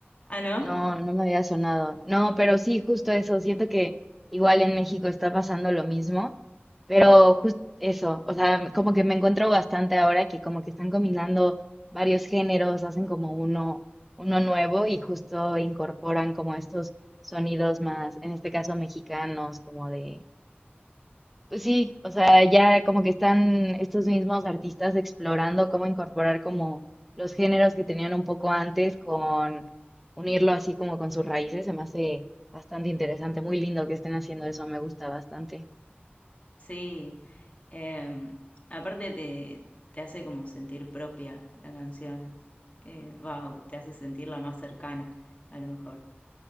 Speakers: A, on the left (about 30°); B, in the centre.
A: Ah, ¿no?
B: No, no me había sonado. No, pero sí, justo eso. Siento que igual en México está pasando lo mismo, pero justo eso. O sea, como que me encuentro bastante ahora que como que están combinando varios géneros, hacen como uno, uno nuevo y justo incorporan como estos sonidos más, en este caso mexicanos, como de pues sí, o sea, ya como que están estos mismos artistas explorando cómo incorporar como los géneros que tenían un poco antes con unirlo así como con sus raíces, se me hace bastante interesante, muy lindo que estén haciendo eso, me gusta bastante.
A: Sí. Em, aparte te, te hace como sentir propia la canción. Eh, va, te hace sentirla más cercana, a lo mejor.